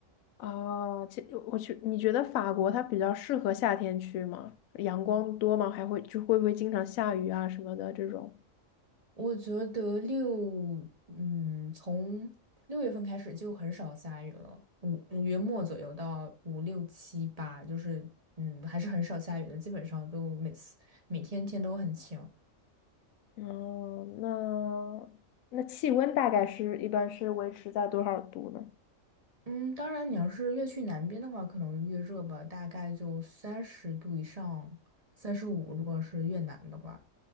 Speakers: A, on the left; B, on the right.
A: 哦，其我去，你觉得法国它比较适合夏天去吗？阳光多吗？还会就会不会经常下雨啊什么的这种？
B: 我觉得六，嗯，从六月份开始就很少下雨了，五五月末左右到五六七八，就是嗯，还是很少下雨的，基本上都每次每天天都很晴。
A: 哦，那那气温大概是一般是维持在多少度呢？
B: 嗯，当然你要是越去南边的话，可能越热吧，大概就三十度以上，三十五，如果是越南的话。